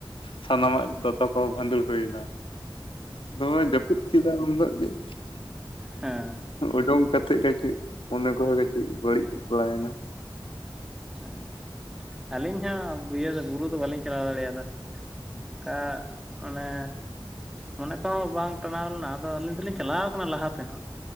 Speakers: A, on the left; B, in the centre.
A: ᱥᱟᱱᱟᱢᱟᱜ ᱫᱚᱛᱚ ᱠᱚ ᱵᱷᱟᱸᱫᱩᱲ ᱦᱩᱭᱱᱟ᱾ ᱱᱚᱣᱟ ᱡᱟᱹᱯᱩᱫ ᱠᱮᱫᱟ ᱩᱱ ᱦᱤᱞᱳᱜ ᱜᱮ᱾ <inaudible>
B: ᱦᱮᱸ
A: ᱚᱰᱳᱝ ᱠᱟᱛᱮᱜ ᱜᱮ ᱪᱮᱫ ᱢᱚᱱᱮᱮ ᱠᱚᱦᱚᱸ ᱠᱟᱹᱴᱤᱡ ᱢᱚᱱᱮ ᱠᱚᱦᱚᱸ ᱠᱟᱹᱴᱤᱡ ᱵᱟᱹᱲᱤᱡ ᱵᱟᱲᱟᱭᱮᱱᱟ᱾
B: <unintelligible> ᱟᱹᱞᱤᱧ ᱦᱚᱸ ᱤᱭᱟᱹ ᱫᱚ ᱵᱩᱨᱩ ᱫᱚ ᱵᱟᱟᱹᱞᱤᱧ ᱪᱟᱞᱟᱣ ᱫᱟᱲᱮᱭᱟᱫᱟ᱾ ᱚᱱᱠᱟ ᱢᱟᱱᱮ ᱢᱚᱱᱮ ᱠᱚᱦᱚᱸ ᱵᱟᱝ ᱴᱟᱱᱟᱣ ᱞᱮᱱᱟ ᱟᱫᱚ ᱟᱹᱞᱤᱧ ᱫᱚᱞᱤᱧ ᱪᱟᱞᱟᱣ ᱠᱟᱱᱟ ᱞᱟᱦᱟ ᱛᱮᱦᱚᱸ᱾